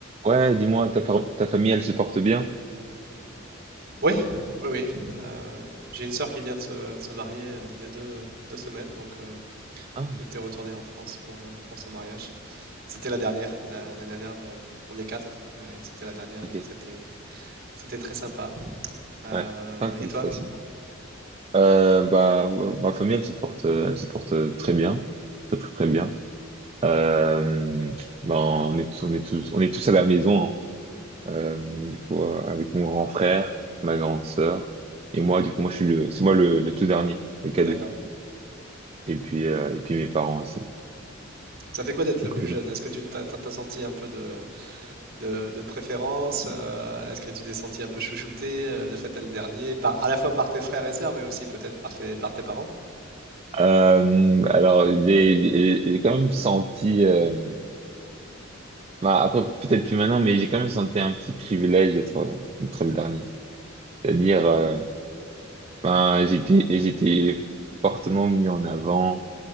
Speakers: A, on the right; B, on the right.
A: Ouais, dis-moi, ta, fa- ta famille, elle se porte bien?
B: Oui, oui, oui. Euh, j'ai une sœur qui vient de se, de se marier euh, il y a deux, deux semaines, donc euh,
A: Ah,
B: j'étais retourné en France pour, euh, pour son mariage. C'était la dernière, la, la dernière de- on est quatre, euh, et c'était la dernière,
A: ok.
B: donc c'était c'était très sympa. Euh,
A: Ouais. Ah,
B: et
A: félicitations.
B: toi?
A: Euh, bah, ouais, ma famille, elle se porte, euh, elle se porte euh, très bien. Très, très, très bien. Euh, ben, on est tous, on est tous, on est tous à la maison, hein. Euh, du coup, euh, avec mon grand frère, ma grande sœur, et moi, du coup, moi, je suis le, c'est moi le, le tout dernier, le cadet.
B: D'accord.
A: Et puis, euh, et puis mes parents aussi.
B: Ça fait quoi d'être
A: Donc,
B: le plus
A: ouais.
B: jeune? Est-ce que tu t'as, t'as- t'as senti un peu de, de, de préférence? euh, est-ce que tu t'es senti un peu chouchouté, euh, le fait d'être le dernier, par, à la fois par tes frères et sœurs, mais aussi peut-être par tes, par tes parents?
A: Euh, alors, j'ai, j'ai j'ai quand même senti, euh, Bah, après, peut-être plus maintenant, mais j'ai quand même senti un petit privilège d'être, d'être le dernier. C'est-à-dire, euh, ben, j'étais, j'étais fortement mis en avant.